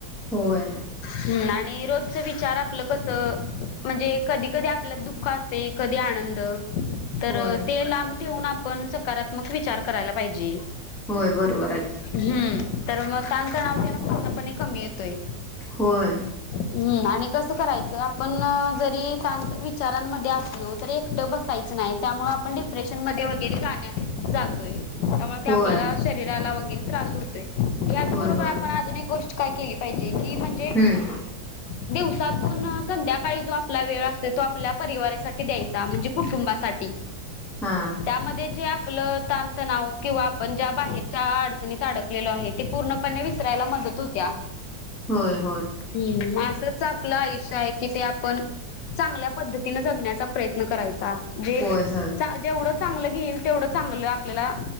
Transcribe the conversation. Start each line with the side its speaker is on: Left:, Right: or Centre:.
Centre: होय
Left: हम् आणि रोजच विचार आपलं कस म्हणजे कधी कधी आपल्यात दुःख असतय कधी आनंद तर
Centre: होय
Left: ते लांब ठेऊन आपण सकारात्मक विचार करायला पाहिजे
Centre: होय बरोबर आहे की
Left: हम् तर मग ताणतणाव तेन पूर्णपणे कमी येतोय
Centre: होय
Left: हम्म आणि कसं करायचं आपण जरी ताण विचारांमध्ये असलो तरी एकटं बसायच नाही त्यामुळे आपण डिप्रेशन मध्ये वगैरे जाण्या जातोय त्यामुळे ते
Centre: होय
Left: आपल्याला शरीराला वगैरे त्रास होतोय याचबरोबर
Centre: होय होय
Left: आता आजून एक गोष्ट काय केली पाहिजे की म्हणजे
Centre: हम्म
Left: दिवसातून संध्याकाळी जो आपला आसतोय तो आपल्या परिवारासाठी द्यायचा म्हणजे कुटुंबासाठी
Centre: हा
Left: त्यामध्ये जे आप पलं तणतणाव किंवा आपण ज्या बाहेरच्या अडचणीत अडकलेलो आहे ते पूर्णपणे विसरायला मदत हो त्या
Centre: होय होय
Left: हम् असच आपलं आयुष्य आहे कि ते आपण चांगल्या पद्धतीन जगण्याचा प्रयत्न करायचा जे
Centre: होय होय
Left: चा जेवढं चांगलं घेईल तेवढ चांगलं आपल्याला